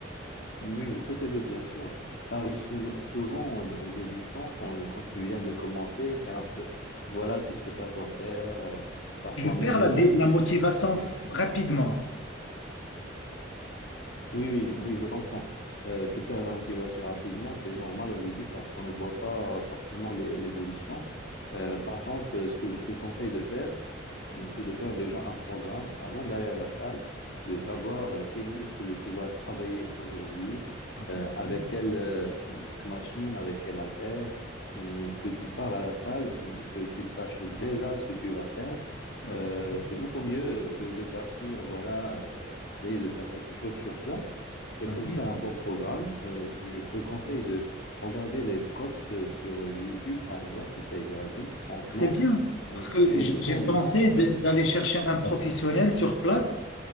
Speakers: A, on the left; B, on the left.
A: Oui, je peux t'aider, bien sûr. Ça arrive sou- souvent au, au début de temps, quand, quand tu viens de commencer, tu es un peu, voilà, tu sais pas quoi faire. euh, parfois
B: Je perds
A: même,
B: la, dé-
A: euh, tu
B: la motivation
A: te dis,
B: f- rapidement.
A: oui, oui, oui, je comprends. Euh, tu perds la motivation rapidement, c'est normal au début parce qu'on ne voit pas forcément l'é- l'évolution. Euh, par contre, euh, ce que je te conseille de faire, Mm, C'est de faire déjà un programme avant d'aller à la salle, de savoir euh, quel muscle tu vas travailler aujourd'hui,
B: Ah, c'est
A: euh, avec
B: bien.
A: quelle euh, machine, avec quel haltère, mm, que tu pars à la salle, que tu saches déjà ce que tu vas faire.
B: Ah,
A: Euh,
B: c'est bien.
A: c'est beaucoup mieux que de partir, voilà, euh, essayer de faire quelque chose sur place. Et
B: Ah
A: pour
B: oui.
A: faire un bon programme, euh, je te conseille de regarder les coachs euh, sur YouTube, par exemple, c'est gratuit, franchement,
B: C'est bien.
A: Mm,
B: Parce que
A: et
B: j-
A: ils
B: j'ai
A: font
B: pensé
A: du bon travail.
B: de- d'aller chercher un professionnel sur place